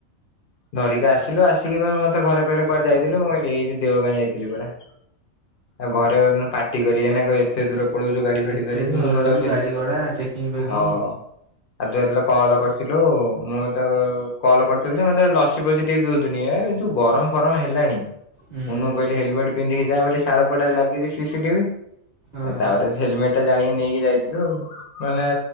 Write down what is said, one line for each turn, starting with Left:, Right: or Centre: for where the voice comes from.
Left: ଧରିକି ଆସିଲୁ ଆସିକି ମତେ ଘରେ କହିଲେ କୁଆଡେ ଯାଇଥିଲୁ ମୁଁ କହିଲି ଏଇ ଦେଓଗାଁ ଯାଇଥିଲି ପରା। ଆଉ ଘରେ ମାନେ ପାାଟି କରିବେ ନା କହିବେ ଏତେ ଦୂର ପଳଉଛୁ ଗାଡି ଫାଡି
Right: ଏତେ
Left: ଧରିକି
Right: ଦୂର
Left: ମୁନୁଟା
Right: ଯାଉଛୁ
Left: ସେମିତି
Right: ଗାଡ଼ି ଘୋଡ଼ା ଚେକିଂ ଫେକିଂ
Left: ହଉ ଆଉ। କଲ କରିଥିଲୁ ମୁଁ ତ କଲ କରିଥିଲି ଯେ ମତେ ଲସି ଫସି ଟିକେ ପିଉଥିନି ଏ ଯୋଉ ଗରମ ଫରମ ହେଲାଣି।
Right: ହୁଁ।
Left: ମୁଁ କହିଲି ହେଲମେଟ୍ ପିନ୍ଧିକି ଯା ବୋଲି ଶାଳପଡାରେ ଲାଗିଛି ସିସିଟିଭି
Right: ହଁ।
Left: ତାପରେ ହେଲମେଟ ଟା ଜାଣିକି ନେଇକି ଯାଇଥିଲୁ ମାନେ